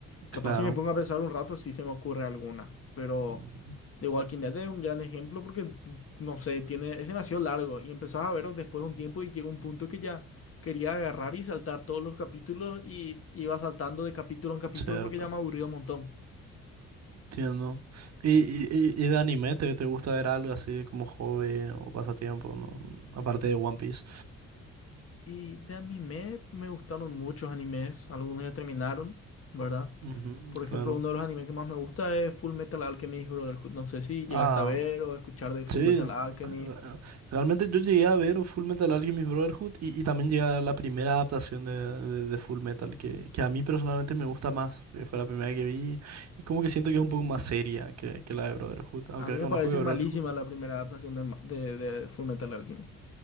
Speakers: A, on the left; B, on the right.
A: Capaz
B: Claro,
A: si me pongo a pensar un rato, sí se me ocurre alguna. Pero
B: mm,
A: The Walking Dead es un gran ejemplo porque, no sé, tiene, es demasiado largo. Y empezaba a verlo después de un tiempo y llegó un punto que ya quería agarrar y saltar todos los capítulos y iba saltando de capítulo en capítulo
B: cierto.
A: porque ya me aburrió un montón.
B: Entiendo. ¿Y, y, y y de anime te, te gusta ver algo así como hobby o pasatiempo, ¿no? Aparte de One Piece.
A: Y de anime me gustaron muchos animes, algunos ya terminaron, ¿verdad?
B: Ujú,
A: Por ejemplo,
B: claro.
A: uno de los animes que más me gusta es Full Metal Alchemist Brotherhood. No sé si llegaste
B: Ah,
A: a ver o escuchar de Full
B: sí.
A: Metal Alchemist.
B: ah, Realmente yo llegué a ver Full Metal Alchemist Brotherhood y, y también llegué a ver la primera adaptación de, de, de Full Metal, que, que a mí personalmente me gusta más, porque fue la primera que vi y como que siento que es un poco más seria que, que la de Brotherhood, aunque
A: A mí
B: reconozco
A: me parece
B: que Brotherhood...
A: malísima la primera adaptación de, ma- de, de Full Metal Alchemist.